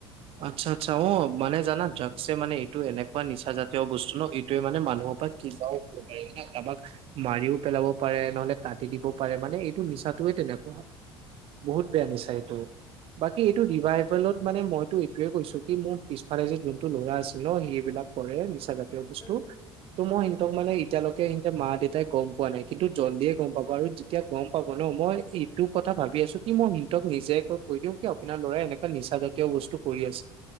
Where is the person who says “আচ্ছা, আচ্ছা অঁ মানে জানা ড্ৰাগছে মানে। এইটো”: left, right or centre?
Right